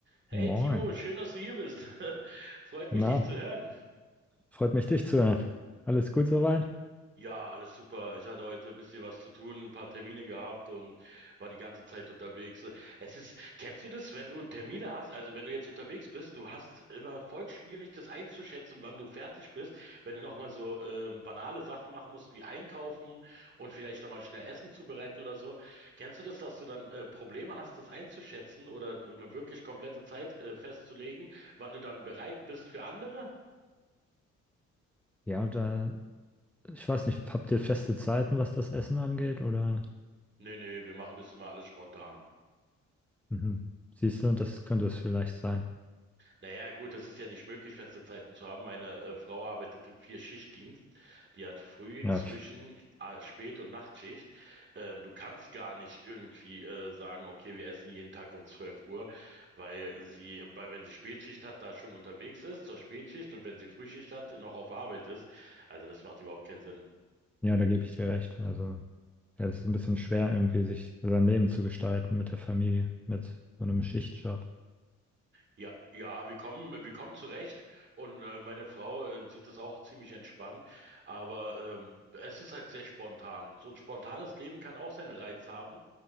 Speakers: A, on the right; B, in the centre.
A: Hey
B: Moin.
A: Timo, schön, dass du hier bist. <laughs> Freut mich,
B: Na,
A: dich zu hören.
B: freut mich, dich zu hören. Alles gut soweit?
A: Ja, alles super. Ich hatte heute ein bisschen was zu tun, ein paar Termine gehabt und war die ganze Zeit unterwegs. Es ist, kennst du das, wenn du Termine hast, also wenn du jetzt unterwegs bist, du hast immer voll schwierig, das einzuschätzen, wann du fertig bist, wenn du nochmal so ähm, banale Sachen machen musst, wie einkaufen und vielleicht nochmal schnell Essen zubereiten oder so. Kennst du das, dass du dann äh, Probleme hast, das einzuschätzen oder eine wirklich komplette Zeit äh, festzulegen, wann du dann bereit bist für andere?
B: Ja, und da, ich weiß nicht, habt ihr feste Zeiten, was das Essen angeht? Oder
A: Nee, nee, wir machen das immer alles spontan.
B: mhm. Siehst du, das könnte es vielleicht sein.
A: Naja, gut, es ist ja nicht möglich, feste Zeiten zu haben. Meine äh, Frau arbeitet im Vier-Schicht-Dienst. Die hat früh,
B: Ja,
A: zwischen,
B: f-
A: äh, Spät- und Nachtschicht. Ähm, du kannst gar nicht irgendwie äh, sagen, okay, wir essen jeden Tag um 12 Uhr, weil sie, weil wenn sie Spätschicht hat, da schon unterwegs ist zur Spätschicht und wenn sie Frühschicht hat, noch auf Arbeit ist. Also das macht überhaupt keinen Sinn.
B: ja, da gebe ich dir recht. Also, ja, es ist ein bisschen schwer, irgendwie sich sein Leben zu gestalten mit der Familie, mit so einem Schichtjob.
A: Ja, ja, wir kommen, wir kommen zurecht und äh, meine Frau äh, sieht das auch ziemlich entspannt, aber ähm, es ist halt sehr spontan. So ein spontanes Leben kann auch seinen Reiz haben,